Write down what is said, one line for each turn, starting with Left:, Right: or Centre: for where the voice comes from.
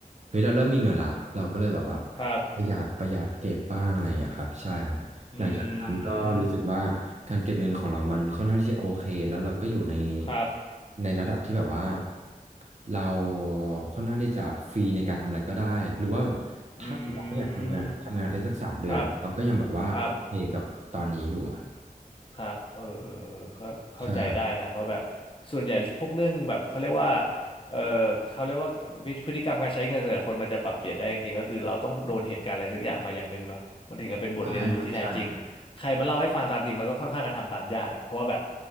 Right: เฮ้ยเราเริ่มมีเงินละเราก็เลยแบบว่า
Left: ครับ
Right: ประหยัดประหยัดเก็บบ้างอะไรอย่างเงี้ยครับใช่ครับ
Left: อืม
Right: หลังจากนั้นก็รู้สึกว่าการเก็บเงินของเรามันค่อนข้างที่จะโอเคแล้วเราก็อยู่ใน
Left: ครับ
Right: ในระดับที่แบบว่าเราค่อนข้างที่จะฟรีในการทำอะไรก็ได้หรือว่าแบบถ้าเราไม่อยากทำงานทำงานไปสักสามเดือนเราก็ยังแบบว่าโอเคกับตอนนี้อยู่อะ
Left: อืมครับ ครับ ครับเออเออเออก็เข้าใจได้นะเพราะแบบ
Right: ใช่
Left: ส่วนใหญ่พวกเรื่องแบบเขาเรียกว่าเออเขาเรียกว่าวิพฤติกรรมการใช้เงินส่วนใหญ่คนมันจะปรับเปลี่ยนได้จริงๆก็คือเราต้องโดนเหตุการณ์อะไรสักอย่างมาอย่างหนึ่งเนาะมันถึงจะเป็นบทเรียนรู้ที่แท้จริงใครมาเล่าให้ฟังตามจริงมันก็ค่อนข้างกระทำตามยากอะเพราะว่าแบบ
Right: ใช่ครับใช่ครับ